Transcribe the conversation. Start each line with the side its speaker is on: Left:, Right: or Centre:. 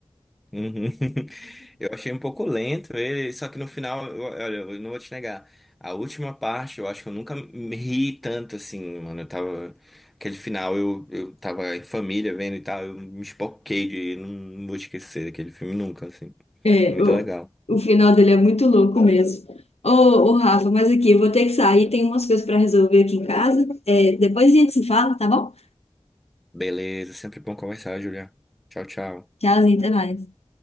Centre: Uhum. <laughs> Eu achei um pouco lento ele, só que no final, eu- olha, eu não vou te negar. A última parte, eu acho que eu nunca me ri tanto assim, mano. Eu tava. Aquele final, eu, eu tava em família vendo e tal, eu me espoquei de. Não, não vou esquecer daquele filme nunca, assim.
Left: É,
Centre: Muito
Left: o,
Centre: legal.
Left: o final dele é muito louco mesmo. Ô, ô, Rafa, mas aqui, eu vou ter que sair, tem umas coisas para resolver aqui em casa. É, depois a gente se fala, tá bom?
Centre: Beleza, sempre bom conversar, Julia. Tchau, tchau.
Left: Tchauzinho, até mais.